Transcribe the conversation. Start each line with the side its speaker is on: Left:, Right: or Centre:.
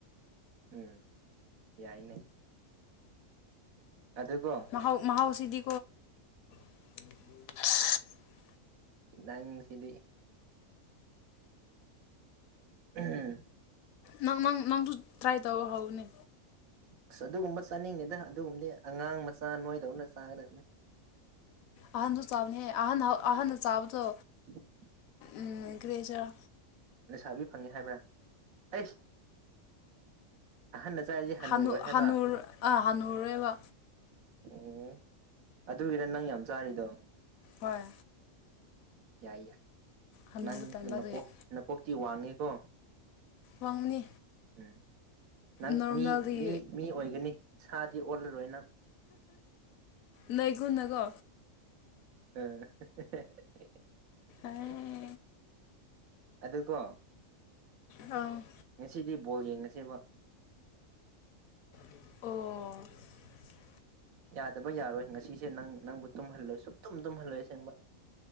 Right: ꯎꯝ ꯌꯥꯏꯅꯦ ꯑꯗꯨꯀꯣ
Left: ꯃꯍꯥꯎ ꯃꯍꯥꯎ ꯁꯤꯗꯤ ꯁ
Right: ꯅꯪ ꯁꯤꯗꯤ ꯍꯝ
Left: ꯅꯪꯪ ꯅꯪ ꯅꯪꯁꯨ ꯇ꯭ꯔꯥꯏ ꯇꯧ ꯍꯧꯅꯦ
Right: ꯑꯁ ꯑꯗꯨꯒꯨꯝꯕ ꯆꯥꯅꯤꯡꯗꯦꯗ ꯑꯗꯨꯒꯨꯝꯕꯗꯤ ꯑꯉꯥꯡ ꯃꯆꯥ ꯅꯣꯏꯗꯧꯅ ꯆꯥꯒꯗꯕꯅꯤ
Left: ꯑꯍꯟꯁꯨ ꯆꯥꯕꯅꯦ ꯑꯍꯟ ꯑꯍꯟ ꯆꯥꯕꯗꯣ
Right: <inaudible>
Left: ꯎꯝ ꯑꯗꯨ ꯂꯩꯖꯔꯣ
Right: ꯂꯩꯁꯥꯕꯤ ꯐꯪꯉꯦ ꯍꯥꯏꯕ꯭ꯔꯥ ꯑꯩꯁ ꯑꯍꯟꯅ ꯆꯥꯔꯤꯁꯦ ꯍꯟꯅꯨꯔꯣꯏ
Left: ꯍꯅꯨ
Right: ꯍꯥꯏꯕ
Left: ꯍꯅꯨꯔ ꯑꯥ ꯍꯅꯨꯔꯦꯕ
Right: ꯑꯣ ꯑꯗꯨꯒꯤꯔ ꯅꯪ ꯌꯥꯝ ꯆꯥꯔꯤꯗꯣ
Left: ꯍꯣꯏ
Right: ꯌꯥꯏ ꯌꯥꯏ
Left: ꯍꯅꯨꯕ
Right: ꯅꯪꯁꯨ
Left: ꯇꯟꯕ
Right: ꯅꯀꯣꯛ
Left: ꯑꯗꯨꯒꯤ
Right: ꯅꯀꯣꯛꯇꯤ ꯋꯥꯡꯉꯦꯀꯣ
Left: ꯋꯥꯡꯕꯅꯤ
Right: ꯎꯝ ꯅꯪ
Left: ꯅꯣꯔꯃꯦꯜꯗꯒꯤ
Right: ꯃꯤ ꯃꯤ ꯃꯤ ꯑꯣꯏꯒꯅꯤ ꯁꯥꯗꯤ ꯑꯣꯜꯂꯔꯣꯏ ꯅꯪ
Left: ꯅꯣꯏꯒꯨꯅꯀꯣ
Right: ꯑꯥ ꯍꯥ ꯍꯥ
Left: ꯑꯥ
Right: ꯍꯥ ꯑꯗꯨꯀꯣ
Left: ꯑꯥꯎ
Right: ꯉꯁꯤꯗꯤ ꯕꯣꯜ ꯌꯦꯡꯉꯁꯦꯕ
Left: ꯑꯣ
Right: ꯌꯥꯗꯕ ꯌꯥꯔꯣꯏ ꯉꯁꯤꯁꯦ ꯅꯪ ꯅꯪꯕꯨ ꯇꯨꯝꯍꯜꯂꯣꯏ ꯁꯨꯝ ꯇꯨꯝ ꯇꯨꯝꯍꯜꯂꯣꯏ ꯑꯁꯦꯡꯕ